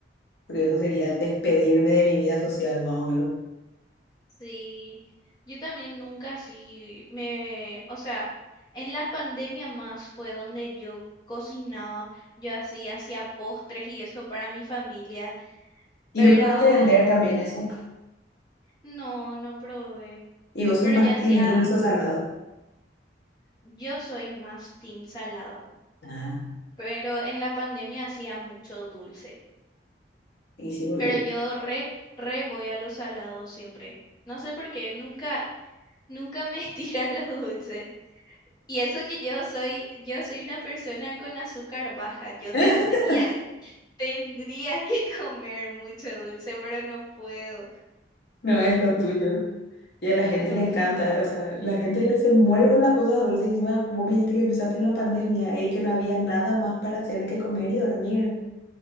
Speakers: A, on the left (about 60°); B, on the left (about 20°).
A: Porque eso sería despedirme de mi vida social, más o menos.
B: Sí, yo también nunca sí me, o sea, en la pandemia más fue donde yo cocinaba, yo así hacía postres y eso para mi familia,
A: ¿Y
B: pero
A: no probaste vender también eso?
B: no, no probé,
A: ¿Y vos sos
B: pero
A: más
B: yo hacía,
A: team dulce o salado?
B: yo soy más team salado,
A: Ah,
B: pero en la pandemia hacía mucho dulce,
A: y sí, porque...
B: pero yo re, re voy a los salados siempre, no sé por qué, nunca, nunca me <laughs> tiran los dulces. Y eso que yo soy, yo soy una persona con azúcar baja. Yo
A: <laughs>
B: tendría, <laughs> tendría que comer mucho dulce, pero no puedo.
A: No es lo tuyo. Y a la gente
B: No
A: le encanta,
B: es lo mío.
A: o sea, la gente le se muere por las cosas dulces. Encima, vos me dijiste que empezaste en la pandemia y que no había nada más para hacer que comer y dormir.